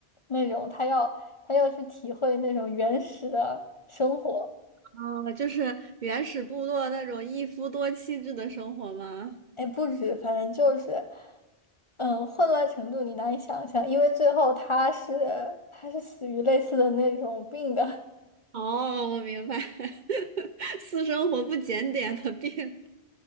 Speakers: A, on the left; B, on the right.
A: 那种他要他要去体会那种原始的生活。
B: <laughs> 哦，就是原始部落那种一夫多妻制的生活吗？
A: 哎，不止，反正就是，嗯，混乱程度你难以想象，因为最后他是他是死于类似的那种病的。
B: 哦，我明白，<laughs> 私生活不检点的病，